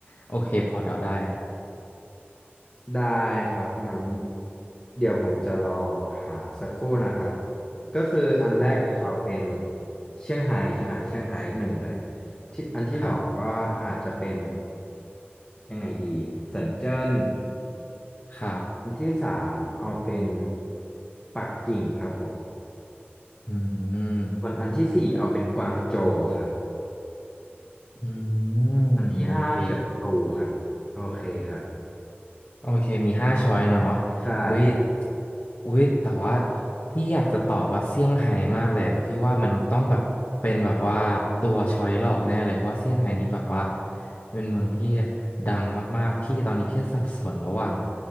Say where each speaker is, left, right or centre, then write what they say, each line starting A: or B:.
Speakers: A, on the left; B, on the left.
A: โอเคพอเดาได้
B: ได้ครับงั้นเดี๋ยวผมจะลองหาสักครู่นะครับก็คืออันแรกเราเป็น
A: ได้ครับ
B: เชียงไฮ้ใช่ไหมเชียงไฮ้หนึ่งเลยที่อันที่สองก็อาจจะเป็น
A: ครับ
B: ยังไงดีเซินเจิ้น
A: ครับ
B: อันที่สามเอาเป็นปักกิ่งครับผม
A: อืม
B: ส่วนอันที่สี่เอาเป็นกวางโจวครับ
A: อืมโอเค
B: อันที่ห้าเฉิงตูครับโอเคครับ
A: โอเค มีห้าช้อยเนาะ
B: ใช่ครับ
A: อุ๊ย อุ๊ย แต่ว่าพี่อยากจะตอบว่าเซี่ยงไฮ้มากเลย แต่พี่ว่ามันต้องแบบเป็นแบบว่าตัวช้อยหลอกแน่เลยเพราะว่าเซี่ยงไฮ้นี่แบบว่า เป็นเมืองที่ดังมากๆ พี่ตอนนี้พี่สับสนระหว่าง